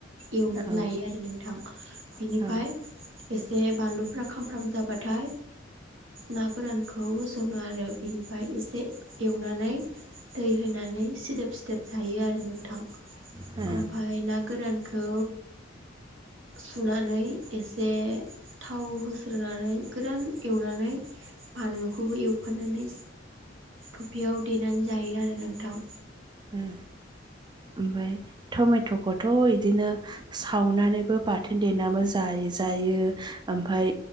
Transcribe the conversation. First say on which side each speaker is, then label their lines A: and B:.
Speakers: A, on the right; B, on the right.
A: एवनानै
B: औ
A: लायो आरो नोंथां। बिनिफाय
B: औ
A: एसे बानलुफ्रा खामफ्राम जाबाथाय ना गोरानखौ होस'नो आरो बिनिफाय एसे एवनानै दै हो नानै सिदोब सिदोब थायो आरो नोंथां।
B: ओ
A: ओमफाय ना गोरान खौ सुनानै एसे थाव होस्रोनानै गोरान एवनानै बानलुखौबो एवफानानै थफियाव देनानै जायो आरो नोंथां।
B: ओम। ओमफ्राय टमेट'खौथ' ईदिनो सावनानैबो बाथोन देनाबो जायो! जायो ओमफ्राय